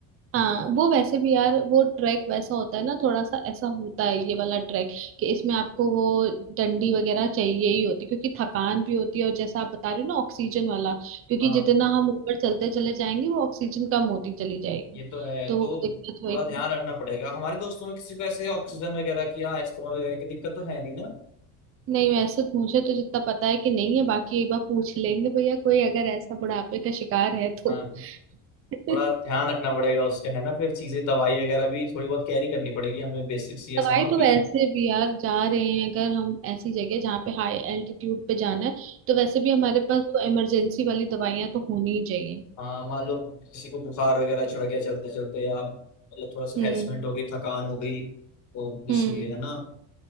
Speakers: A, on the right; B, on the left.
A: हाँ वो वैसे भी यार वो ट्रैक वैसा होता है ना थोड़ा सा ऐसा होता है ये वाला ट्रैक कि इसमें आपको वो डंडी वगैरह चाहिए ही होती है क्योंकि थकान भी होती है और जैसा आप बता रहे हो ना ऑक्सीजन वाला क्योंकि
B: हाँ
A: जितना हम ऊपर चलते चले जाएंगे वो ऑक्सीजन कम होती चली जाएगी
B: ये तो है
A: तो
B: तो
A: वो दिक्कत होगी
B: थोड़ा ध्यान रखना पड़ेगा हमारे दोस्तों में किसी को ऐसे ऑक्सीजन वगैरह की या अस्थमा वगैरह की दिक्कत तो है नहीं ना
A: नहीं वैसे तो मुझे तो जितना पता है कि नहीं है बाकी एक बार पूछ लेंगे भैया कोई अगर ऐसा बुढ़ापे का शिकार है तो
B: हाँ थोड़ा
A: <laughs>
B: ध्यान रखना पड़ेगा उसका है ना फिर चीजें दवाई वगैरह भी थोड़ी बहुत कैरी करनी पड़ेगी हमें बेसिक सी ऐसा
A: दवाई
B: ना हो
A: तो
B: कि
A: वैसे भी यार जा रहे हैं अगर हम ऐसी जगह जहाँ पे हाई एल्टीट्यूड पे जाना है तो वैसे भी हमारे पास वो इमरजेंसी वाली दवाइयाँ तो होनी ही चाहिए
B: हाँ मान लो किसी को बुखार वगैरह चढ़ गया चलते चलते या मतलब थोड़ा सा
A: हम्म
B: हेरसमेंट हो गई थकान हो गई तो इसलिए
A: हम्म
B: है ना